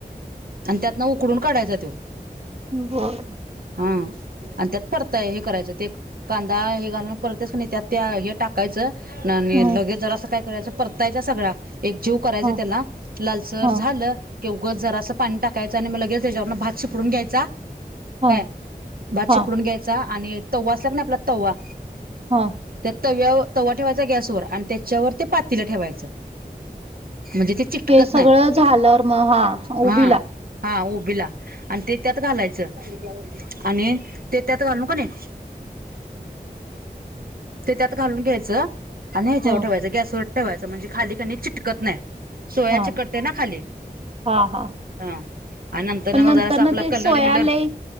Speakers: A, on the right; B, on the right.
A: आणि त्यातनं उकडून काढायचा तो.
B: बर.
A: हम्म. आणि त्यात परता हे करायचं ते कांदा हे घालून परततेस क नाय त्यात ते हे टाक कायच आणि
B: ह
A: लगेच जरा असं काय करायचं परतायचा सगळा एक जीव करायचा
B: हा
A: त्याला लालसर
B: हा
A: झालं की उगच जरासं पाणी टाकायचं आणि मग लगेच त्याच्यावरनं भात शिपडून घ्यायचा.
B: हा
A: काय, भात
B: हा
A: शिपडून घ्यायचा आणि तवा असला की नाही आपला तव्वा
B: हा.
A: त्या तव्याव तवा ठेवायचा गॅसवर आणि त्याच्यावर ते पातीलं ठेवायचं, म्हणजे ते चिटकत
B: ते सगळं
A: नाही
B: झाल्यावर मग हा, उबीला.
A: हा हा उबीला आणि ते त्यात घालायचं आणि ते त्यात घालून का नाही ते त्यात घालून घ्यायचं आणि ह्याच्यावर
B: ह
A: ठेवायचं, गॅसवर ठेवायचं म्हणजे खाली का नि चिटकत नाही. सोया
B: हा
A: चिकटतेना खाली.
B: हा हा
A: हा, आणि नंतरन
B: पण
A: मग
B: नंतर
A: जरासं
B: ना
A: आपला
B: ते
A: कलर
B: सोया
A: बिलर
B: लय